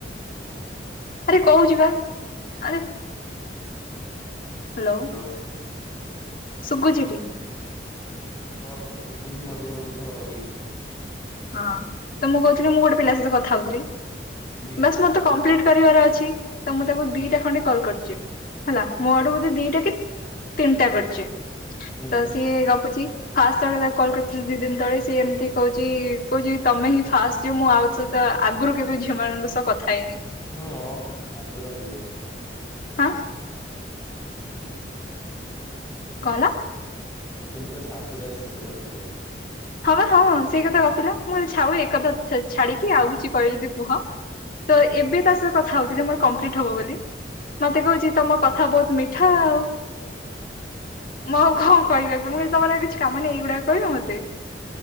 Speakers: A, on the left (about 55°); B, on the left (about 20°).
A: ଆରେ କହୁଚି ବା ଆରେ ହାଲୋ
B: ହ୍ୟାଲୋ
A: ସୁଗୁଛି ଟି?
B: ହଁ ହଁ ଶୁଭୁଛିି ମଝିରେ ମଝିରେ ତମେ ରହିଯାଉଛି।
A: ହଁ ତ ମୁଁ କହୁଥିଲି ମୁଁ ଗୋଟେ ପିଲା ସହିତ କଥା ହଉଥିଲି
B: ହୁଁ
A: ବାସ ମତେ କମ୍ପ୍ଲିଟ କରିବାର ଅଛି ତ ମୁଁ ତାକୁ ଦିଟା
B: ହୁଁ
A: ଖଣ୍ଡେ କଲ୍ କରିଛି ହେଲା ମୋ ଆଡୁ ବୋଧେ ଦିଟା କି ତିନିଟା କରିଛି।
B: ହୁଁ
A: ତ ସିଏ ଗପୁଛି ଫାଷ୍ଟ ଜେତବେଳେ ତାକୁ କଲ୍ କରିଥିଲେ ଦି ଦିନ ତଳେ ସିଏ ଏମିତି କହୁଛି <unintelligible> କହୁଛି ତମେ ହିଁ ଫାଷ୍ଟେ ମୁଁ ଆଉ ସହିତ ଆଗରୁ କେବେ ଝିଅ ମାନଙ୍କ ସହ କଥା ହେଇନି।
B: ହୁଁ ହଁ ସାଧୁଟା ଥିବ।
A: ହାଁ।
B: ହୁଁ ହୁଁ।
A: କଁହେଲା?
B: ମୁଁ କହିଲି ପୁରା ସାଧୁଟା ଶେ ପୁରା ଥିବ।
A: ହଁ ହଁ ସେଇ କଥା ଗପିଲା ମୁଁ ଛାଉ ଏକଥା ଛାଡିକି ଆଉ କିଛି କହିବ ଯେଦି କୁହ। ତ ଏବେ ତା ସହିତ କଥା ହୋଉଥିଲି ମୋର କମ୍ପ୍ଲିଟ ହବ ବୋଲି ମତେ କହୁଚି। ତମ କଥା ବହୁତୁ ମିଠା ଆଉ। ମୁଁ ଆଉ କଣ କହିତାକୁ ମୁଁ ତମର ଆଉ କିଛି କାମ ନାହିଁ ଏଇଗୁଡାକ କହିବ ମତେ।